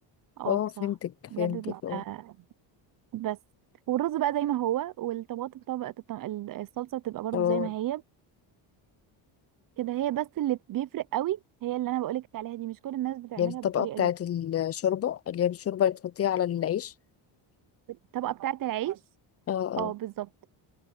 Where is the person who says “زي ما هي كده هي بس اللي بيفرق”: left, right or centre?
Right